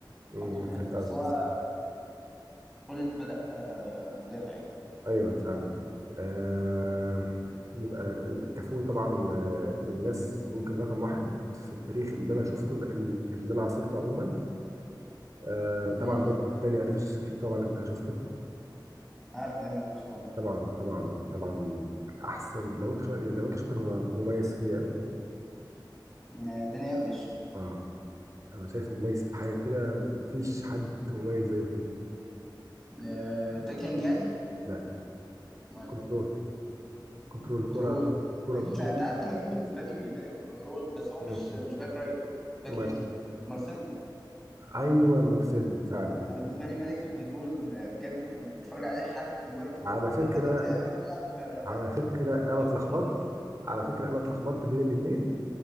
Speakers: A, on the right; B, in the centre.
A: امم
B: حطوه في حته
A: فهمت
B: بس
A: قصدك
B: هو خولة بدأ آه، مدافع يعني
A: ايوه فعلا آه يبقى يبقى الكافور طبعا آه، من الناس ممكن رقم واحد في التاريخ اللي انا شفته اللي اللي انا عاصرته عموما آه
B: امم
A: طبعا داني داني الفيش اكيد طبعا انت شفته
B: عارف داني الفيش طبعا
A: طبعا طبعا طبعا احسن لو انت شاطر لو انت شاطر هو مميز فيه قوي
B: آه، داني الفيش
A: اه انا شايفه مميز في حاجه كده مفيش حد مميز زيه فيه
B: آه، تاكلينج يعني
A: لا
B: امال
A: كنترول كنترول
B: كنترول
A: كره كره
B: <laughs> انت
A: كو...
B: انت عارف انا مين بالنسبه لي ملك الكنترول بس هو
A: مم.
B: مش مش باك رايت باك
A: مم.
B: ليفت مارسيلو
A: ايوه مارسيلو فعلا
B: انا بالنسبه
A: مارسيلو
B: لي ملك الكنترول آه، بجد انت بتتفرج عليه لحد دلوقتي
A: على
B: يعني
A: فكرة
B: هو لحد دلوقتي تقريبا بيلعب في
A: على فكرة
B: في
A: أنا
B: الدوري
A: اتلخبطت
B: البرازيلي
A: على فكرة أنا اتلخبطت بين الاتنين